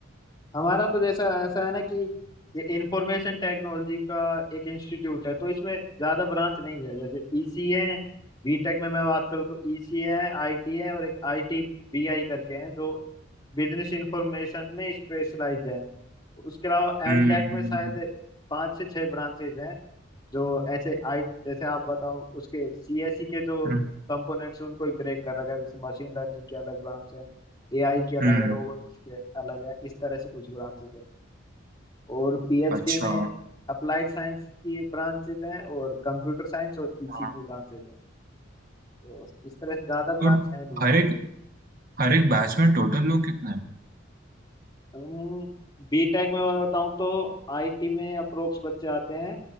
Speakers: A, on the left; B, on the right.
A: हमारा तो जैसा ऐसा है ना कि ये इंफॉर्मेशन टेक्नोलॉजी का एक इंस्टीट्यूट है तो इसमें ज्यादा ब्रांच नहीं है जैसे ईसी है बीटेक में मैं बात करूँ तो ईसी है आईटी है और एक आईटी बीआई करके हैं जो बिजनेस इंफॉर्मेशन में स्पेशलाइज्ड है उसके अलावा
B: हम्म
A: एमटेक में शायद पांच से छह ब्रांचेज हैं जो ऐसे आई जैसे आप बताओ उसके सीएसई के जो
B: हम्म
A: कंपोनेंट्स हैं उनको ही ब्रेक कर रखा है जैसे मशीन लर्निंग की अलग ब्रांच है एआई की अलग
B: हम्म,
A: है रोबोटिक्स की अलग है इस तरह से कुछ ब्रांचेज हैं और पीएचडी
B: अच्छा
A: में अप्लाइड साइंस की ब्रांचेज हैं और कंप्यूटर साइंस और पीसी
B: हाँ
A: की ब्रांचेज हैं तो इस तरह से ज्यादा ब्रांच
B: तो
A: है नहीं
B: हर
A: हमारे
B: एक हर एक बैच में टोटल लोग कितने हैं
A: को बीटेक में मैं बताऊं तो आईटी में अप्रोक्स बच्चे आते हैं